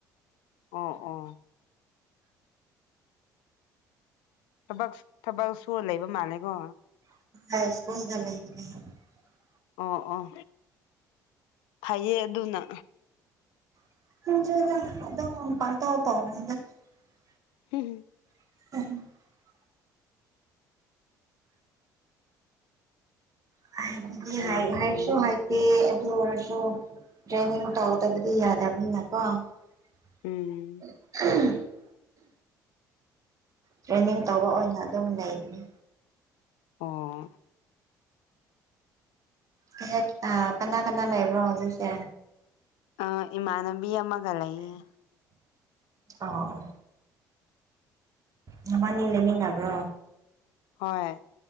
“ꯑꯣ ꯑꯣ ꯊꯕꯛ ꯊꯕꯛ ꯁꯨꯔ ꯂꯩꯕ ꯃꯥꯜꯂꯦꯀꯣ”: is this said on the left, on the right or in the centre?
Left